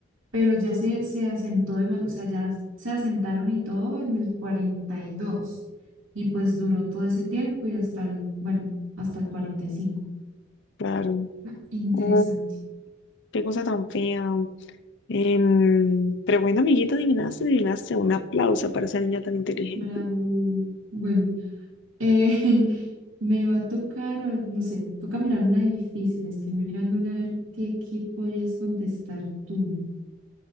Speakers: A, on the right; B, on the left.
A: pero ya se, se asentó, dema- o sea, ya se asentaron y todo en el cuarenta y dos y pues duró todo ese tiempo y hasta el, bueno, hasta el 45.
B: Claro.
A: Ah, Interesante.
B: Oh, qué cosa tan fea. Em, pero bueno, amiguito, adivinaste, adivinaste. Un aplauso para esa niña tan inteligente.
A: Bravo. Bueno, eh, <laughs> me va a tocar, ah, no sé, toca mirar una difícil. Estoy mirando una a ver qué, qué podrías contestar tú.